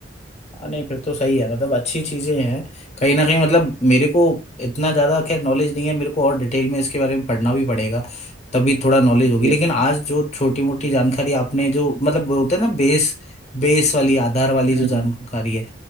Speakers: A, on the left; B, on the right.
A: हाँ नहीं फिर तो सही है मतलब अच्छी चीजें हैं कहीं ना कहीं मतलब मेरे को इतना ज्यादा खैर नॉलेज नहीं है मेरे को और डिटेल में इसके बारे में पढ़ना भी पड़ेगा तभी थोड़ा नॉलेज
B: जी
A: होगी लेकिन
B: जी जी।
A: आज जो छोटी मोटी जानकारी आपने जो मतलब बोलते हैं ना बेस बेस वाली आधार वाली
B: हम्म
A: जो जानकारी
B: हम्म
A: है